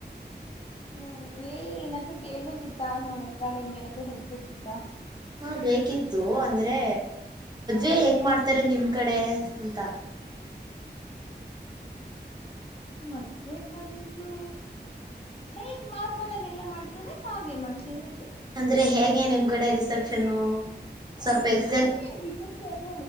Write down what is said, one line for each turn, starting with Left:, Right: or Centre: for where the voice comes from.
Left: ಹ್ಮ.... ಹೇಳಿ ಏನಾದರೂ ಕೇೇಳಬೇಕಿತ್ತು ನಮ್ಮ ಹತ್ರ ನಿಮ್ಗೆ ಏನಾದ್ರೂ ಹೆಲ್ಪ್ ಬೇಕಿತ್ತ <unintelligible>
Right: ಹಾ ಬೇಕಿತ್ತು.... ಅಂದ್ರೆ್ ಅೇ ಹೆಂಗ್ ಮಾಡ್ತಾರೆ ನಿಮ್ ಕಡೆ ಅಂತ
Left: ಮದುವೆ... ಬಂದು ಹೇಗ್ ನಾರ್ಮಲ್ ಆಗಿ ಎಲ್ಲಾ ಮಾಡ್ತರಿ ಹಾಗೆ ಮಾಡ್ತೀರಿ
Right: ಅಂದ್ರೆ ಹೇಗೆ ನಿಮ್ ಕಡೆ ರಿಸೆಪ್ಷನ್.... ಸ್ವಲ್ಪ
Left: ಹಾ
Right: ಎಕ್
Left: ಅದೇ ರಿಷೆಪ್ಷನ್